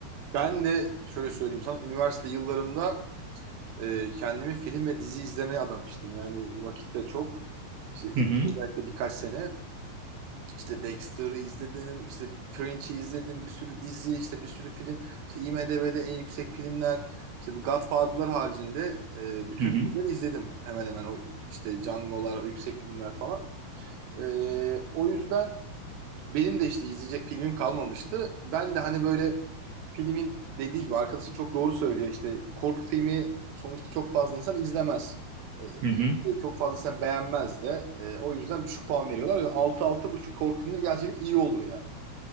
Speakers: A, on the right (about 85°); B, on the right (about 50°).
A: ben de şöyle söyleyeyim sana üniversite yıllarımda e, kendimi film ve dizi izlemeye adamıştım. Yani vakitte çok işte ilk
B: Hı hı
A: özellikle birkaç sene işte Dexter'ı izledim, işte Fringe'i izledim, bir sürü dizi, işte bir sürü film. İşte IMDb'de en yüksek filmler, işte bu Godfather'lar haricinde e, bütün
B: hı hı
A: filmleri izledim hemen hemen o işte Django'lar, o yüksek filmler falan. E, o yüzden benim de işte izleyecek filmim kalmamıştı. Ben de hani böyle filmin dediği gibi arkadaşın çok doğru söylüyor İşte korku filmi sonuçta çok fazla insan izlemez. E,
B: hı. hı.
A: e, çok fazla insan beğenmez de. E, o yüzden düşük puan veriyorlar. 6 buçuk korku filmleri gerçekten iyi olur yani.